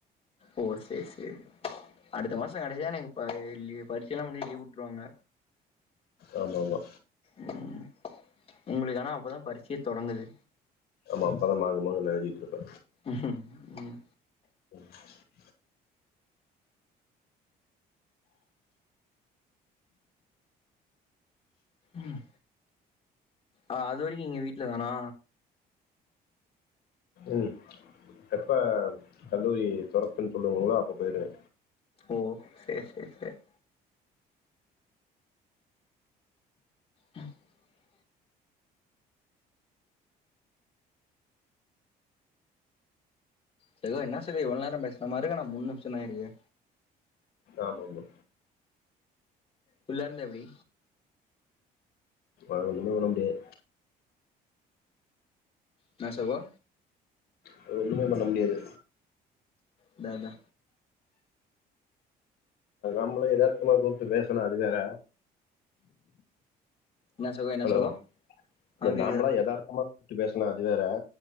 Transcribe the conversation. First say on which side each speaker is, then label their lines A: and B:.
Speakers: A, on the left; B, on the left.
A: ஓ சேரி சேரி அடுத்த மாசோ கடைசியா எனக்கு லீ பரீட்ச எல்லா முடிச்சி லீவ் விட்ருவாங்க
B: ஆமா ஆமா
A: ம் உங்களுக்கு ஆனா அப்போதா பரீட்சையே தொடங்குது
B: ஆமா அப்ப தா மாங்கு மாங்கு எழுதிட்டு இருப்பே
A: ம் ம்
B: <unintelligible>
A: ம் ஆ அதுவரைக்கு நீங்க வீட்ல தானா
B: ம் எப்ப கல்லூரி தெரப்பு சொல்லுவோங்களோ அப்ப போயிடுவே.
A: ஓ சேர் சேர் சேர் உஹ <inaudible> சகோ எனா சகோ இவ்ளோ நேரம் பேசின மாரி இருக்கு ஆனா மூண் நிம்ஷந்தாயிருக்கு
B: ஆமா ஆமா
A: குள்ளயாருந்தா எப்டி
B: அது ஒண்ணுமே பண்ண முடியாது
A: எனா சகோ
B: அது ஒண்ணுமே பண்ண முடியாது
A: அதா அதா
B: நம்மள எதார்த்தமா கூப்ட்டு பேசனா அது வேற
A: என்ன சகோ என்ன
B: ஹலோ
A: சகோ
B: இல்ல
A: ஆ கேக்குதா
B: நாம்பளா யதார்த்தமா கூட்டு பேசுனா அது வேற